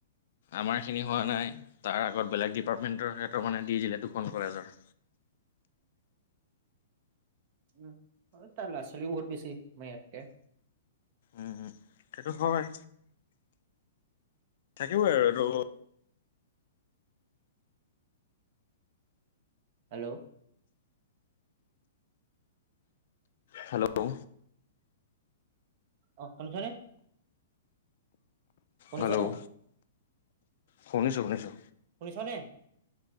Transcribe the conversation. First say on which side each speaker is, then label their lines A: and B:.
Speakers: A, on the left; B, on the right.
A: আমাৰখিনি হোৱা নাই তাৰ আগত বেলেগ ডিপাৰ্টমেণ্টৰ ক্ষেত মানে দি দিলে দুখন কলেজৰ
B: উম তাৰ ল'ৰা ছোৱালীও বহুত বেছি মাৰ ইয়াতকে
A: উম সেইটো হয় থাকিবই আৰু
B: হেল্ল'
A: হেল্ল'
B: অ শুনছনে শুনিছেনে
A: হেল্ল' শুনিছো শুনিছো
B: শুনিছনে